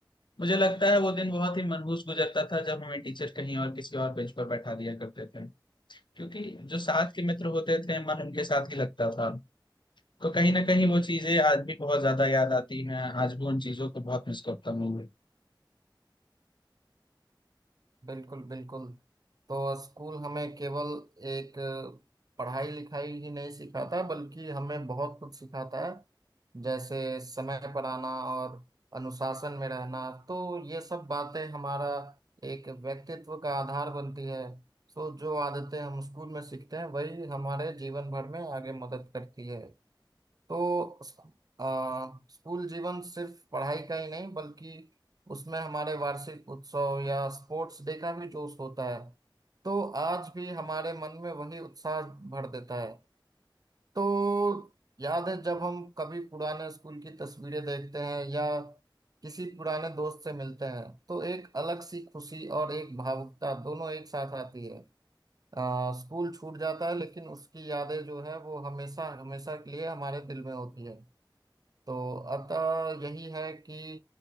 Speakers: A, on the left; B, on the right.
A: मुझे लगता है वो दिन बहुत ही मनहूस गुजरता था जब हमें टीचर कहीं और किसी और बेंच पर बैठा दिया करते थे क्योंकि जो साथ के मित्र होते थे मन उनके साथ ही लगता था तो कहीं ना कहीं वो चीजें आज भी बहुत ज्यादा याद आती हैं आज भी उन चीजों को बहुत मिस करता हूँ
B: बिल्कुल बिल्कुल तो स्कूल हमें केवल एक पढ़ाई लिखाई ही नहीं सिखाता बल्कि हमें बहुत कुछ सिखाता है जैसे समय पर आना और अनुशासन में रहना तो ये सब बातें हमारा एक व्यक्तित्व का आधार बनती है तो जो आदतें हम स्कूल में सीखते हैं वही हमारे जीवन भर में आगे मदद करती है तो स्कू- अ, स्कूल जीवन सिर्फ पढ़ाई का ही नहीं बल्कि उसमें हमारे वार्षिक उत्सव या स्पोर्ट्स डे का भी जोश होता है तो आज भी हमारे मन में वही उत्साह भर देता है तो याद है जब हम कभी पुराने स्कूल की तस्वीरें देखते हैं या किसी पुराने दोस्त से मिलते हैं तो एक अलग सी खुशी और एक भावुकता दोनों एक साथ आती है अ, स्कूल छूट जाता है लेकिन उसकी यादें जो है वो हमेशा हमेशा के लिए हमारे दिल में होती है तो अतः यही है कि